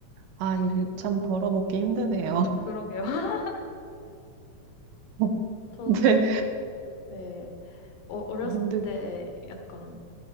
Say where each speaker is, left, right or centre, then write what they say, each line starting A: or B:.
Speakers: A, on the right (about 80°); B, on the left (about 75°).
A: 아, 일 참 벌어먹기 힘드네요.
B: 그러게요. <laughs>
A: <laughs>
B: 저도,
A: 네,
B: 네, 어, 어렸을
A: 힘들.
B: 때 약간